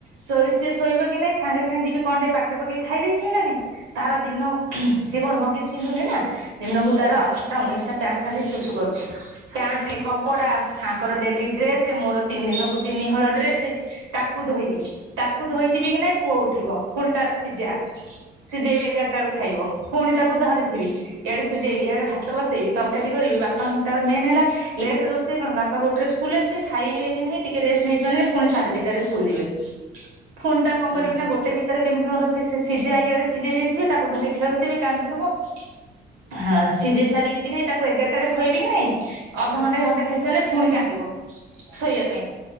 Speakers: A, on the right; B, on the left.
A: ଶୋଇ ସିଏ ଶୋଇବ କି ନାଇଁ ସାଙ୍ଗେ ସାଙ୍ଗେ ଯିବି କଣ ଟିକେ ପାଟିରେ ପକେଇ ଖାଇ ଦେଇେଇଥିବେ ନାନି, ତାର ଦିନ ସିଏ କଣ ହଗିସ୍ ପିନ୍ଧୁନି ନା। ଦିନକୁ ତାର
B: ହୁଁ
A: ଅଠଟା ଉଣେଇଶିଟା ପ୍ୟାଣ୍ଟ ଖାଲି ଶୁଶୁ କରୁଛି। ପ୍ୟାଣ୍ଟେ
B: ହୁଁ ହୁଁ
A: କପଡ଼ା।
B: ହୁଁ
A: ହାଙ୍କର ଡେଲି ଡ୍ରେସେ, ମୋର ତିନି ଦିନକୁ ତିନି ହଳ ଡ୍ରେସ, ତାକୁ ଧୋଇବି, ତାକୁ ଧୋଇଥିବି କି ନାଇଁ ପୁଅ ଉଠିବ, ପୁଣି ତାର ସିଝା, ସିଝେଇବି ଏଗାରଟା ବେଳକୁ ଖାଇବ, ପୁଣି ତାକୁ ଧରି <inaudible> ଇଆଡେ ସିଜେଇବି, ଇଆଡେ ଭାତ ବସେଇବି, ତରକାରୀ କରିବି, ବାପାଙ୍କ <unintelligible> ମେନ୍ ହେଲା ଲେଟରେ ରୋଷେଇ କଣ ବାପା ଗୋଟେରେ ସ୍କୁଲ ଆସିବେ ଖାଇବେ କି ନାହିଁ ଟିକେ ରେଷ୍ଟ ନେଇଥିବେ ନାଇ ପୁଣି ସାଢେ ଦିଟା ରେ ସ୍କୁଲ ଯିବେ। ଫୁଣି ତା କଣ କରିବି
B: ଓହୋ
A: ନା ଗୋଟେ ଭିତରେ କେମତି କଣ ରୋଷେ ସେ ସେ ସିଝା ଇଆଡେ ସିଝେଇ ଦେଇଥିବି ତାକୁ ଧରି ଖେଳୁଥିବି କାନ୍ଦୁଥିବ ହଁ ସିଝେଇ ସାରିବି କି ନାଇଁ, ତାକୁ ଏଗାରଟାରେ ଖୋଇବି କି ନାଇଁ, ଅଧଘଣ୍ଟାଏ ଘଣ୍ଟା ଖେଳିଥବ କି ନାଇ ପୁଣି କାନ୍ଦିବ, ଶୋଇବା ପାଇଁ।